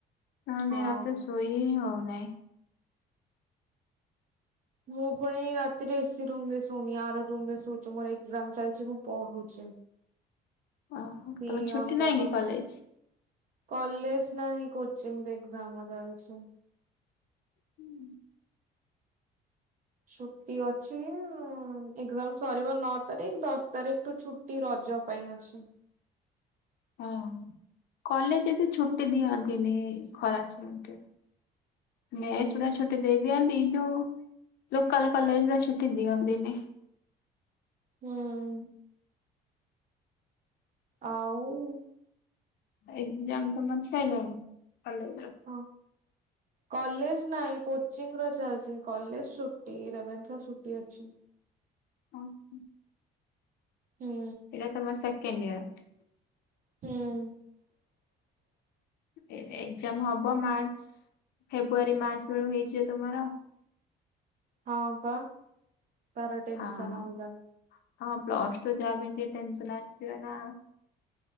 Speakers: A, on the left; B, on the right.
A: ନ
B: ହଁ।
A: ନାଇଁ ରାତିରେ ଶୋଇ ହିଁ ହଉନାହିଁ।
B: ମୁଁ ପୁଣି ରାତିରେ ଏସି ରୂମରେ ଶୋଉନି ଆର ର ରେ ଶଛି ମୋର ଏକଜାମ ଚାଲିଛି ମୁଁ ପଢୁଚି।
A: ଓହୋ
B: ସେ
A: ତମର ଛୁଟି
B: ଅଲଗା
A: ନାହିଁ
B: କସ୍।
A: କି କଲେଜ?
B: କଲେଜ ନାହଁ କଚିଂ ଏକ୍ଜାମ୍ ଆମର ଆଛାଛି।
A: <unintelligible>
B: ଛୁଟି ଅଛି ଆଉ ଏକ୍ଜାମ୍ ସରିବ ନଅ ତାରିଖ ଦଶ ତାରିଖଠୁ ଛୁଟି ରଜ ପାଇଁ ଅଛି।
A: ହଁ କଲେଜ ଏମତି ଛୁଟି ଦିଅନ୍ତିନି ଖରା ଛୁଟି।
B: ହୁଁ
A: ମେସ୍ ଓରା ଛୁଟି ଦେଇ ଦିଅନ୍ତି ଏଯେଉଁ ଲୋକାଲ୍ କଲେଜ୍ ରେ ଛୁଟି ଦିଅନ୍ତି।
B: ହୁଁ ଆଉ
A: ଏକ୍ଜାମ ତମର ସଇଲାଣି କଲେଜ୍ ରେ?
B: ହଁ କଲେଜ ନାଇଁ କୋଚିଂ ର ଚାଲିଚି କଲେଜ ଛୁଟି ରେଭେନ୍ଶା ଛୁଟି ଅଛି।
A: ଅ ହଁ
B: ହୁଁ
A: ଏଇଟା ତମର ସେକେଣ୍ଡ ଇୟର?
B: ହୁଁ
A: ଏ ଏକ୍ଜାମ ହବ ମାର୍ଚ୍ଚ ଫେବୃଆରୀ ମାର୍ଚ୍ଚ ବେଳୁ ହେଇଯିବ ତୋମର?
B: ହଁ ପା ତାର ଟେନସନ୍
A: ହଁ।
B: ଆଲଗା।
A: ହଁ ପ୍ଲସ୍ ଟୁ ଯାହାବି ହେନେ ଟିକେ ଟେନସନ୍ ଆସିବ ନା।